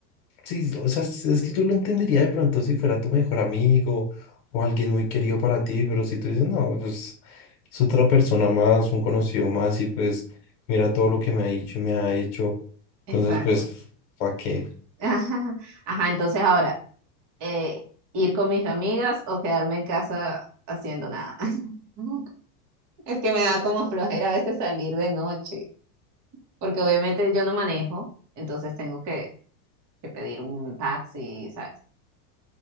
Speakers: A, on the left; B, on the right.
A: sí, o sea, es es que yo lo entendería de pronto si fuera tu mejor amigo o alguien muy querido para ti, pero si tú dices, no, pues es otra persona más, un conocido más y pues mira todo lo que me ha dicho y me ha hecho,
B: exacto.
A: entonces pues, ¿para qué?
B: <laughs> Ajá, ajá, entonces ahora, eh, ir con mis amigas o quedarme en casa haciendo nada. <laughs> Es que me da como flojera a veces salir de noche, porque obviamente yo no manejo, entonces tengo que, que pedir un taxi, ¿sabes?